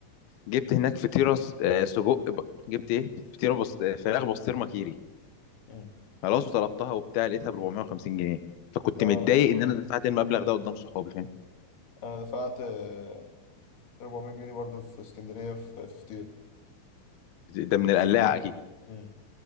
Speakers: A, on the left; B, on the left.
A: جبت هناك فطيره س- آه، سجق ب- جبت ايه فطيره بس آه، فراخ بسطرمه كيري
B: مم.
A: خلاص وطلبتها وبتاع لقيتها ب 450 جنيه فكنت
B: اه
A: متضايق ان انا دفعت المبلغ ده قدام صحابي فاهم
B: انا انا دفعت آه، 400 جنيه برضو في اسكندريه في في فطير
A: ده من القلاعه اكيد
B: مم.